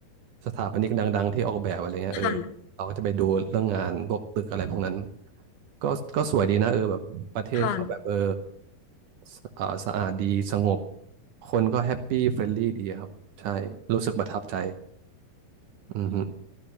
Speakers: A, on the right; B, on the left.
A: สถาปนิกดังๆที่ออกแบบอะไรเงี้ยเออเราก็จะไปดูเรื่องงานพวกตึกอะไรพวกนั้น
B: ค่ะ
A: ก็ก็สวยดีนะเออแบบ ประเทศเขาแบบเออ
B: ค่ะ
A: สเอ่อสะอาดดีสงบคนก็แฮปปี้เฟรนลี่ดีอะครับใช่รู้สึกประทับใจอือฮึ